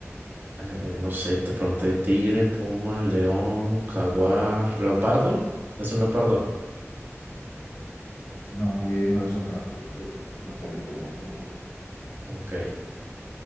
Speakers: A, on the right; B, on the left.
A: Eh, no sé, te pregunté tigre, puma, león, jaguar, leopardo. ¿Es un leopardo?
B: No, y hay uno de esos que nos preguntó, de los que has dicho que se has preguntado.
A: Ok.